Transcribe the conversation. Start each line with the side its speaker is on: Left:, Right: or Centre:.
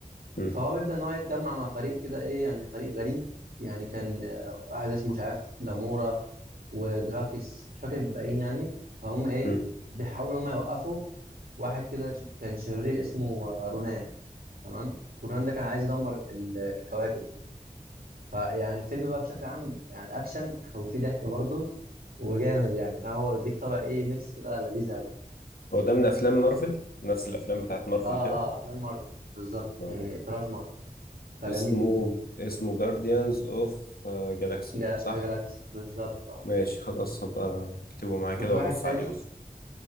Left: مم.
Right: فهو بيبدأ ان هو يتجمع مع فريق كده ايه يعني فريق غريب يعني كان آه، واحد اسمه مش عارف جامورا ودراكس مش فاكر الباقيين يعني فهم ايه
Left: مم.
Right: بيحاولوا ان هم يوقفوا واحد كده ش- كان شرير اسمه آه، رونان تمام رونان ده كان عايز يدمر ال- الكواكب وكده فيعني الفيلم بقى بشكل عام يعني اكشن <laughs> وفي ضحك برضه وجامد يعني فهو بيديك طبع ايه ميكس كده لذيذ قوي
Left: هو ده من افلام مارفل نفس الافلام بتاعت مارفل
Right: اه
Left: كده
Right: اه افلام مارفل بالظبط
Left: اه
Right: يعني طراز مارفل فجميل
Left: اسمه
Right: جدا
Left: اسمه جارديانز اوف جالاكسي
Right: جا
Left: صح
Right: ذا جالاكسي بالظبط اه
Left: ماشي خلاص هبقى اكتبه معايا كده
Right: وفي واحد
Left: وابص
Right: تاني
Left: عليه بس